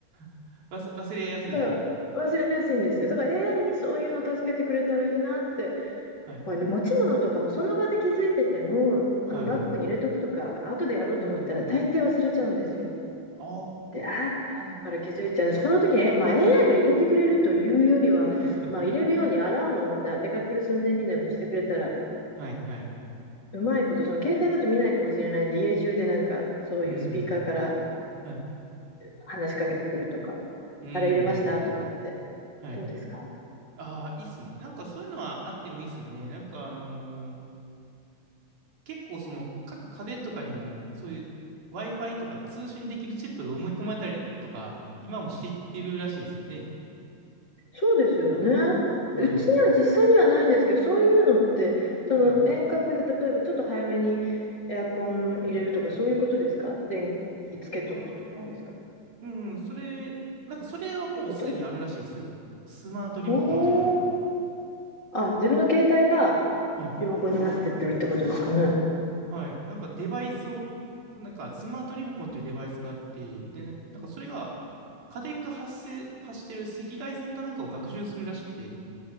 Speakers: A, on the right; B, on the left.
A: <laughs> 忘、忘れやすいんですね。
B: だから忘れやすいんですよ。だから AI にそういうの助けてくれたらいいなって
A: はい。
B: まあね、持ち物とかもその場で気づいてても、
A: はいはい。
B: あのバッグに入れとくとか、後でやろうと思ったら大抵忘れちゃうんですよ。
A: うん。あ
B: で、あーって後から気づいちゃう。
A: あ。
B: その時に、えまあ、AI が入れてくれるというよりは、
A: <laughs>
B: まあ、入れるようにアラームをまた出かける寸前にでもしてくれたら、
A: はいはい。
B: うまいこと、その携帯だと見ないかもしれないんで、家中でなんかそういうスピーカーから
A: うん。はい。
B: 話しかけてくるとか、
A: うんうん。
B: あれ入れましたとかって、
A: はい。
B: どうですか
A: ああ、いいっすね。なんかそういうのはあってもいいっすよね。なんかあのー結構その各家電とかにもそういう Wi-Fi とか通信できるチップが埋め込まれたりとか、今もしていってるらしいですよね。
B: そうですよね。
A: はい。
B: うちには実際にはないんですけど、そういうのって、その遠隔で例えばちょっと早めにエアコン入れるとか、
A: はい。
B: そういうことですか電気つけとくとかですか
A: ああ、うん、それ、なんかそれはもうすでにあるらしいですよ。
B: ということ
A: スマートリモコンっていうので。
B: おーあ、自分の携帯が
A: はい。
B: リモコンになってってるってことですかね。
A: はい。なんかデバイスを、なんかスマートリモコンっていうデバイスがあって、で、なんかそれが、家電が発生、発してる赤外線かなんかを学習するらしくて、